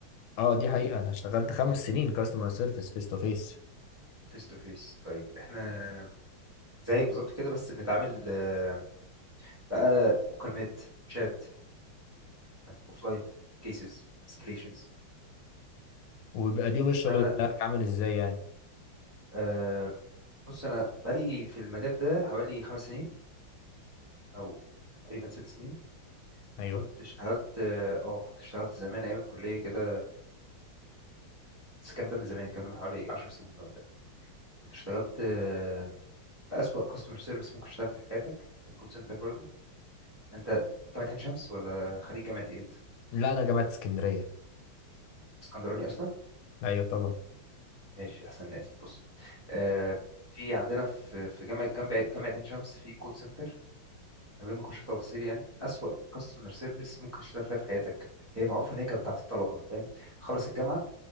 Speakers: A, on the left; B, on the right.
A: اه دي حقيقة انا اشتغلت خمس سنين كاستمر سيرفيس فيس تو فيس
B: فيس تو فيس طيب احنا زيك بالظبط كده بس بنتعامل آه، بقى مكالمات شات اوفلاين كيسز اسكليشنز
A: وبيبقى اليوم الشغل
B: انا
A: بتاعك عامل ازاي يعني
B: آه، بص انا بقالي في المجال ده حوالي خمس سنين او تقريبا ست سنين
A: ايوه
B: كنت اشتغلت اه آه، كنت اشتغلت زمان ايام الكليه كده بس الكلام ده من زمان الكلام ده من حوالي 10 سنين ولا حاجة. كنت اشتغلت آه، بأسوأ كاستمر سيرفيس ممكن تشتغل فيه في حياتك في كول سنتر برضه انت جامعة عين شمس ولا خريج جامعة ايه انت؟
A: لا انا جامعة اسكندرية
B: اسكندراني اصلا؟
A: ايوه طبعا
B: ماشي احسن ناس بص آه، في عندنا في في جامعة جنب جامعة عين شمس في كول سنتر من غير ما اخش في تفاصيل يعني أسوأ كاستمر سيرفيس ممكن تشتغل فيها في حياتك هي معروفة ان هي كانت بتاعت الطلبة فاهم؟ تخلص الجامعة